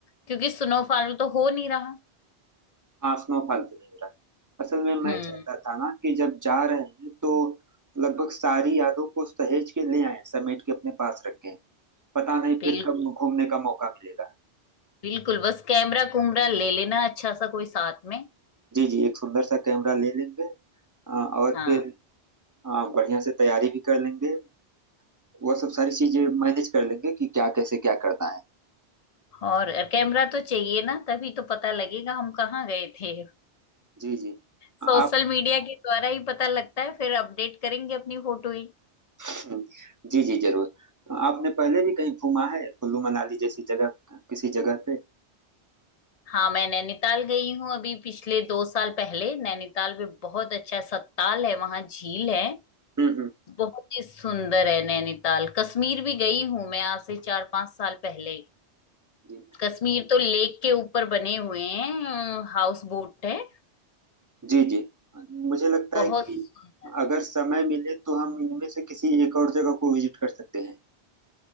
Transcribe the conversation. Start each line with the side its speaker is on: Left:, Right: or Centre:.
Left: क्योंकि स्नोफॉल तो हो नहीं रहा
Right: हाँ स्नोफॉल तो नहीं हो रहा है असल में मैं
Left: हम्म
Right: चाहता था ना कि जब जा रहे हैं तो लगभग सारी यादों को सहेज के ले आए समेट के अपने पास रखें पता नहीं
Left: बिल्कुल
Right: फिर कब घूमने का मौका मिलेगा
Left: बिल्कुल बस कैमरा कुमरा ले लेना अच्छा सा कोई साथ में
Right: जी जी एक सुंदर सा कैमरा ले लेंगे आ, और
Left: हाँ
Right: फिर आ, बढ़िया से तैयारी भी कर लेंगे वह सब सारी चीजें मैनेज कर लेंगे कि क्या कैसे क्या करना है
Left: और कैमरा तो चाहिए ना तभी तो पता लगेगा हम कहाँ गए थे
Right: जी जी
Left: सोशल
Right: आप
Left: मीडिया के द्वारा ही पता लगता है फिर अपडेट करेंगे अपनी फोटो ही
Right: हम्म, जी जी जरूर आपने पहले भी कहीं घूमा है कुल्लू मनाली जैसी जगह किसी जगह पे
Left: हाँ मैं नैनीताल गई हूँ अभी पिछले दो साल पहले नैनीताल में बहुत अच्छा सत्ताल है वहाँ झील है
Right: हम्म हम्म,
Left: बहुत ही सुंदर है नैनीताल कश्मीर भी गई हूँ मैं आज से चार पांच साल पहले
Right: जी
Left: कश्मीर तो लेक के ऊपर बने हुए हैं हाउस बोट है
Right: जी जी मुझे लगता
Left: बहुत
Right: है कि
Left: सुंदर
Right: अगर समय मिले तो हम इनमें से किसी एक और जगह को विजिट कर सकते हैं